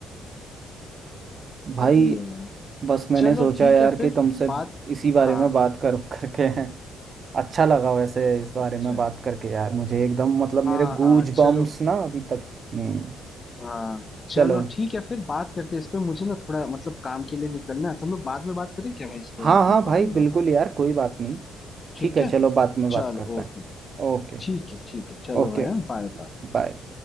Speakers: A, on the right; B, on the left.
A: भाई
B: सही है यार
A: बस मैंने
B: चलो
A: सोचा
B: ठीक
A: यार
B: है फिर
A: कि तुमसे
B: बात
A: इसी बारे
B: हाँ
A: में बात करूं <laughs> करके अच्छा लगा वैसे इस बारे
B: अच्छा
A: में बात करके यार मुझे एकदम मतलब मेरे
B: हाँ हाँ
A: गूज
B: चलो
A: बम्स ना अभी तक हम्म,
B: हाँ चलो
A: चलो
B: ठीक है फिर बात करते हैं इस पे मुझे ना थोड़ा मतलब काम के लिए निकलना है तो हम लोग बाद में बात करें क्या भाई इस पे
A: हाँ
B: अगर तुम्हें
A: हाँ
B: प्रॉब्लम
A: भाई
B: ना
A: बिल्कुल
B: हो तो
A: यार कोई बात नहीं ठीक
B: ठीक
A: है
B: है
A: चलो बाद में बात
B: चलो
A: करते
B: ओके
A: हैं ओके
B: ठीक है ठीक है चलो
A: Okay
B: भाई Bye bye
A: bye